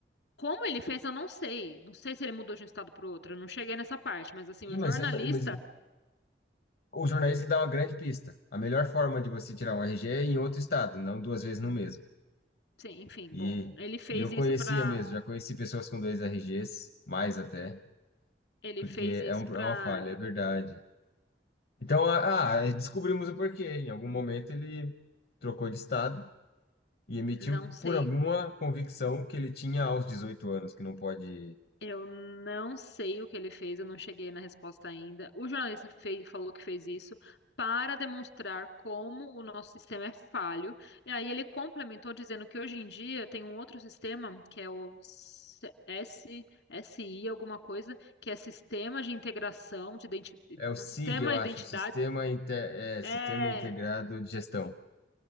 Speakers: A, on the left; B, on the left.
A: Como ele fez, eu não sei. Não sei se ele mudou de um estado para o outro. Eu não cheguei nessa parte, mas assim,
B: Ih,
A: o
B: mas,
A: jornalista
B: mas o jornalista dá uma grande pista. A melhor forma de você tirar um RG é em outro estado, não duas vezes no mesmo.
A: Sim, enfim,
B: E,
A: bom, ele fez
B: e eu
A: isso
B: conhecia
A: para,
B: mesmo, já conheci pessoas com dois RGs, mais até,
A: ele
B: porque
A: fez isso
B: é, um, é
A: para,
B: uma falha, é verdade. Então, ah, ah, descobrimos o porquê. Em algum momento ele trocou de estado e emitiu
A: não sei,
B: por alguma convicção que ele tinha aos 18 anos, que não pode.
A: eu não sei o que ele fez, eu não cheguei na resposta ainda. O jornalista fez, falou que fez isso para demonstrar como o nosso sistema é falho. E aí ele complementou dizendo que hoje em dia tem um outro sistema que é o S- S SI alguma coisa, que é sistema de integração de identidade,
B: É o
A: não,
B: SIG,
A: sistema
B: eu
A: de
B: acho,
A: identidade,
B: Sistema, Inte- é,
A: é,
B: Sistema Integrado de Gestão,